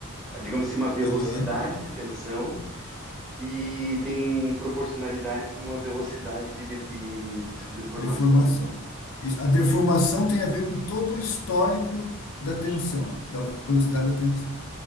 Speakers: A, in the centre; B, on the left.
A: digamos assim, uma velocidade
B: Aham.
A: de tensão que tem proporcionalidade com uma velocidade de, de, de, de- de formação.
B: Deformação. Isso. A deformação tem a ver com todo o histórico da tensão, da velocidade da tensão.